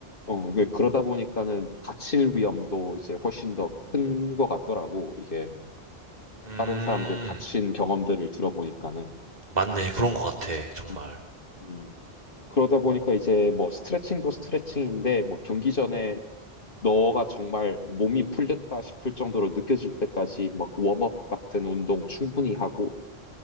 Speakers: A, on the left; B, on the right.
A: 어, 그- 그러다 보니까는 다칠 위험도 이제 훨씬 더 큰 것 같더라고. 이게
B: 음,
A: 다른 사람들 다친 경험들을 들어보니까는.
B: 맞네. 그런 것 같아. 정말.
A: 음. 음. 그러다 보니까 이제 뭐 스트레칭도 스트레칭인데 뭐 경기 전에 너가 정말 몸이 풀렸다 싶을 정도로 느껴질 때까지 막 웜업 같은 운동 충분히 하고